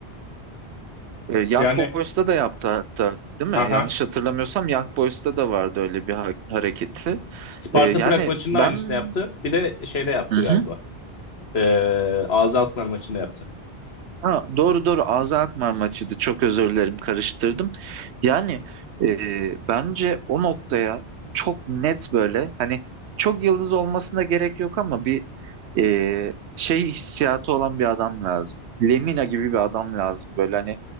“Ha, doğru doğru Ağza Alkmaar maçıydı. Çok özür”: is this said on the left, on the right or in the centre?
Right